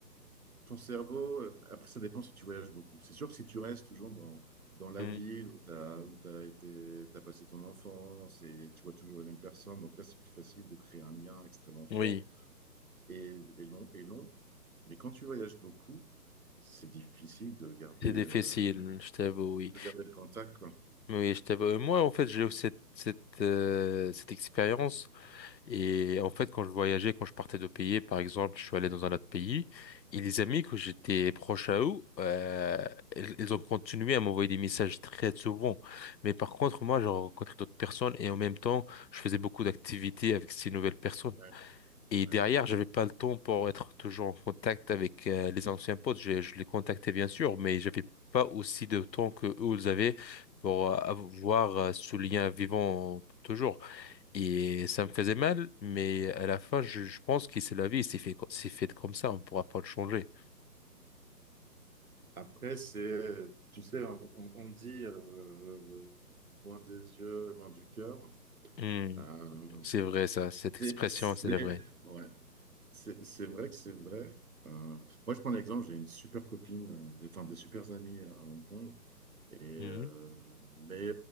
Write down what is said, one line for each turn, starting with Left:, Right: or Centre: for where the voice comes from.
Right: ton cerveau, euh, après, ça dépend si tu voyages beaucoup. C'est sûr que si tu restes toujours dans, dans la
Left: Mhm.
Right: ville où tu as, où t'as été, t'as passé ton enfance et tu vois toujours les mêmes personnes, donc là, c'est plus facile de créer un lien extrêmement fort
Left: Oui,
Right: et, et long, et long. Mais quand tu voyages beaucoup, c'est difficile de garder,
Left: c'est difficile,
Right: euh,
Left: je t'avoue, oui.
Right: de garder le contact, quoi.
Left: Oui, je t'avoue. Moi, en fait, j'ai eu cette, cette, euh, cette expérience. Et en fait, quand je voyageais, quand je partais de pays, par exemple, je suis allé dans un autre pays, et les amis que j'étais proche à eux, euh, ils ils ont continué à m'envoyer des messages très souvent. Mais par contre, moi, j'ai rencontré d'autres personnes et en même temps, je faisais beaucoup d'activités avec ces nouvelles personnes.
Right: Ouais,
Left: Et
Right: ouais.
Left: derrière, j'avais pas le temps pour être toujours en contact avec euh, les anciens potes. Je, je les contactais bien sûr, mais j'avais pas aussi de temps que eux ils avaient pour euh, avoir euh, ce lien vivant pour toujours. Et ça me faisait mal, mais à la fin, je, je pense que c'est la vie, c'est fait, co- c'est fait comme ça, on ne pourra pas le changer.
Right: Après, c'est, tu sais, on, on- on dit euh, loin des yeux, loin du cœur.
Left: Hmm,
Right: Euh,
Left: C'est vrai, ça, cette expression,
Right: c'est, c'est-
Left: c'est vrai.
Right: ouais. C'est c'est vrai que c'est vrai. Euh, moi, je prends l'exemple, j'ai une super copine, euh, des- enfin des super amis à à Hong Kong. Et, euh,
Left: Hmm,
Right: mais,